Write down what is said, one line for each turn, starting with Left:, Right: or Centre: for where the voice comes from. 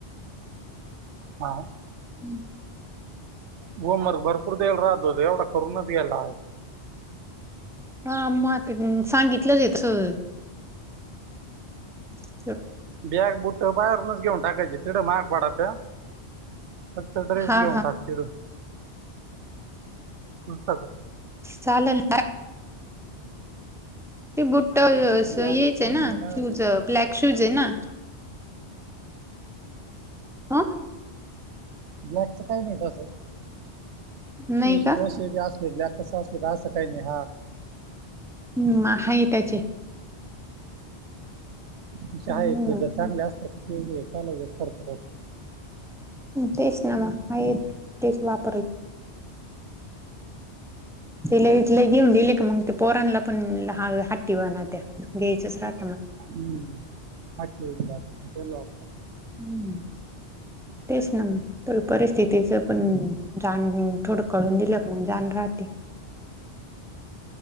Right: हां
Centre: हम्
Right: होोम वर्क भरपूर देेल रा अ द देवढ तर्मधला
Centre: हा म सांगितलंच आहे स ह्
Right: बॅग बुट्टं बाहेरूनच घेऊन टाकायची चिड माग बडध म ड्रेस
Centre: हा
Right: गे उंटाकतड
Centre: हा
Right: अ
Centre: सलन ते बुट्ट अस येच
Right: बॅग बुट
Centre: आहे ना
Right: बाहेर
Centre: शूज ब्लॅक शूज आहे ना ह का
Right: ब्लॅकचं काही नाही तसं <unintelligible> <unintelligible>
Centre: नाही
Right: ब्लॅकाच
Centre: का?
Right: असतील असं काय नाही.
Centre: हम्म आहे त्याचे
Right: <unintelligible>
Centre: हम्म तेच <unintelligible> तिला इथला घेऊन दिले का मग ते पोरांला <unintelligible>
Right: हम् ह ठ होऊन जात लॉ
Centre: हम् तेच ना थोड परिस्थितीच पण जाण ह थोडं कळून <unintelligible>